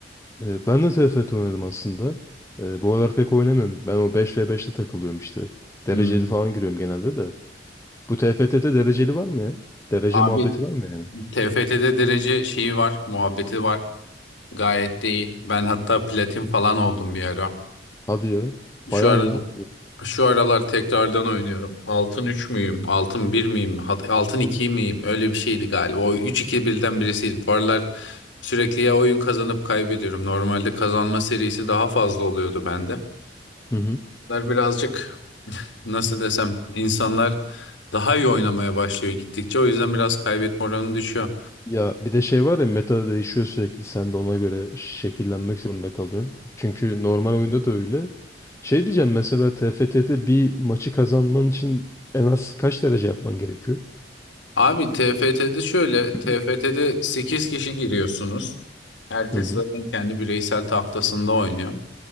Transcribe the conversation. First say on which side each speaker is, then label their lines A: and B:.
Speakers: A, on the left (about 15°); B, on the left (about 90°).
A: e, ben de TFT oynadım aslında. Ee, bu aralar pek oynamıyorum. Ben o beş ve beşte takılıyorum işte. Dereceli
B: Hmm.
A: falan giriyorum genelde de. Bu TFT'de dereceli var mı ya? Derece
B: Abi
A: muhabbeti var mı yani?
B: T F T'de derece şeyi var, muhabbeti var. Gayet de iyi. Ben hatta platin falan oldum bir ara.
A: Hadi ya.
B: Şu
A: Bayağı
B: aralar,
A: iyi lan.
B: şu aralar tekrardan oynuyorum. Altın 3 müyüm? Altın bir miyim? Hat- Altın 2 miyim? Öyle bir şeydi galiba. O üç iki birden birisiydi. Bu aralar sürekli ya oyun kazanıp kaybediyorum. Normalde kazanma serisi daha fazla oluyordu bende.
A: Hı hı.
B: Bunlar Birazcık nasıl desem insanlar daha iyi oynamaya başlıyor gittikçe. O yüzden biraz kaybetme oranı düşüyor.
A: Ya bir de şey var ya meta değişiyor sürekli sen de ona göre şekillenmek zorunda kalıyorsun. Çünkü normal oyunda da öyle. Şey diyeceğim mesela TFT'de bir maçı kazanman için en az kaç derece yapman gerekiyor?
B: Abi T F T'de şöyle,
A: <clears throat>
B: T F T'de 8 kişi giriyorsunuz. Herkes
A: Hı hı.
B: zaten kendi bireysel tahtasında oynuyor.